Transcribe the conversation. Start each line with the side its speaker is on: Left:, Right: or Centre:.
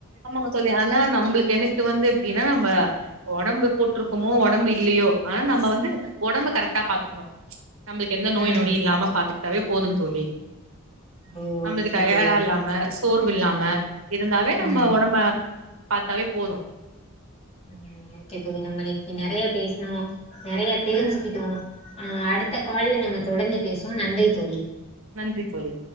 Right: ஆமாங்க தோழி ஆனா நம்ளுக் எனக்கு வந்து எப்டின்னா நம்ம ஒடம்பு போட்டிருக்கோமோ ஒடம்பு இல்லியோ ஆனா நம்ப வந்து ஒடம்ப கரக்ட்டா பாத்துக்ணு நம்ளுக் எந்த நோய்
Left: ம்
Right: நொடி இல்லாம பாத்துக்ட்டாவே போதுன் தோழி
Left: ஓ
Right: நமக்கு
Left: ஓகே
Right: டயாடா
Left: தோழி ஓகே
Right: இல்லாம சோர்வில்லாம இருந்தாவே கம்ப
Left: ம்
Right: ஒடம்ப பாத்தாவே போது
Left: ம் ஓகே தோழி நம் இன்னிக் நறையா பேஸ்னோ நறையா தெரிஞ்சிக்கிட்டோ ஆஹ அடுத்த கால்ல நம்ம தொடர்ந்து பேசோம் நன்றி தோழி
Right: நன்றி தோழி